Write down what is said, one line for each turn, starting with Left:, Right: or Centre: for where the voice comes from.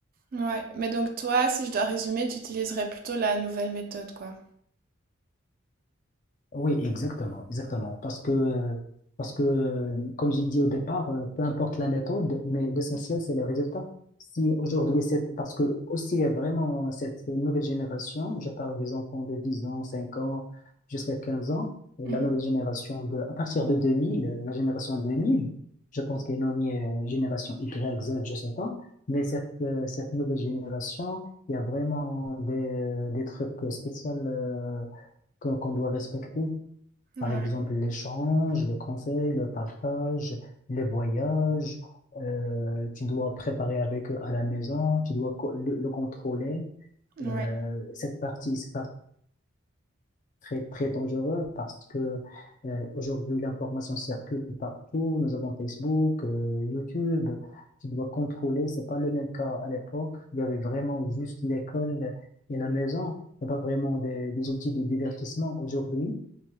Right: Ouais, mais donc toi, si je dois résumer, tu utiliserais plutôt la nouvelle méthode, quoi.
Left: Oui, exactement, exactement. Parce que, parce que, euh, comme j'ai dit au départ, euh, peu importe la méthode, mais l'essentiel, c'est le résultat. Si aujourd'hui, c'est parce que aussi il y a vraiment cette nouvelle génération, je parle des enfants de 10 ans, 5 ans, jusqu'à 15 ans, et
Right: Mhm.
Left: la nouvelle génération de, à partir de 2000, euh, la génération 2000. je pense qu'elle est nommée euh, génération Y, Z, je sais pas, mais cette, euh, cette nouvelle génération, il y a vraiment des, des trucs spéciaux, euh, qu'on qu'on doit respecter.
Right: Ouais,
Left: Par exemple, l'échange, le conseil, le partage, les voyages. euh, tu dois préparer avec eux à la maison, tu dois co- le, le contrôler.
Right: ouais,
Left: Euh, cette partie, c'est par- très, très dangereux parce que euh, aujourd'hui, l'information circule partout. Nous avons Facebook, euh, YouTube. Tu dois contrôler. C'est pas le même cas à l'époque. Il y avait vraiment juste l'école et la maison. Il n'y a pas vraiment des, des outils de divertissement aujourd'hui.